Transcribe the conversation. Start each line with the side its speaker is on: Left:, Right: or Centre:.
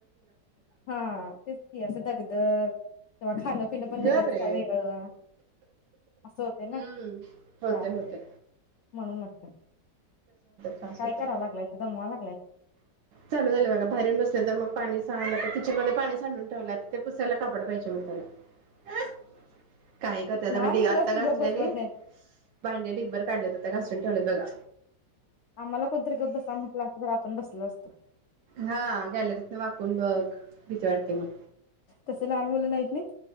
Left: हा तेच की असं दगदग तवा खाणं पिणं पण लगेच
Right: गप रे
Left: काय वेगळं असं होतंय ना
Right: हम्म होतेय
Left: त्रास
Right: होतय.
Left: म्हणून म्हटलं
Right: त्रास
Left: काय
Right: होतय
Left: कराय लागलाय दमवा लागलाय
Right: चालू झालं बघा बाहेरून बसले तर मग पाणी सांड, किचनमध्ये पाणी सांडून ठेवल्यात ते पुसायला कापड पाहिजे म्हण त्याला काही करता
Left: लहान
Right: भांडी
Left: मुलासनी
Right: आता घासलेले
Left: गप बसवत नाहीत
Right: भांडे डिगभर काढलेत आता घासुन ठेवलेत बगा
Left: आम्हाला कोणतरी गप बसा म्हटलं असंत तर आपण बसलो असतो
Right: हा गॅलरीतन वाकून बघ भिती वाटते मग
Left: तसं लहान मुलं नाहीत नाही